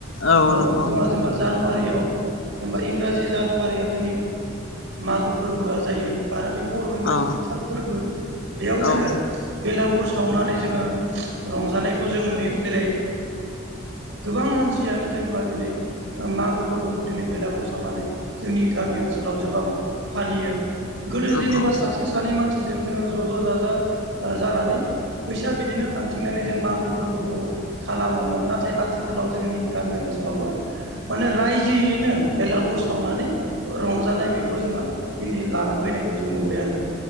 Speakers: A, on the left; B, on the right.
A: औ
B: अ
A: नंगौ
B: जोंहा जेनबा जानुवारियाव जेनेबा इंराजि जानुवारियाव जोंनि बे मागो फोरबोआ जायो आरो बे बर'निनो
A: औ
B: जोबथा फोरबो बेयाव जोङो
A: औ
B: बेलागुर सावनानै जोङो रंजानायखौ जों नुयो जेरै गोबां मानसियानो जेनेबा दिनै मागो फोरबोखौ दिनै बेलागुर सावनानै जोंनि गामि ओनसोलाव गोबां फालियो गोदो
A: नंगौ
B: जेनेबा सासे सानै मानसिजों जोङो ज' ज' जाजा ओ जानानै फैसा बिदिनो खांथिंनानै जों मागो फोरबोखौ खालामोमोन नाथाय आथिखालाव जोंनि गामि ओनसोलावबो माने रायजोयैनो बेलागुर सावनानै रंजानाय बेखौ जोङो दिनै लाना फैनायखौ जों नुबाय आरो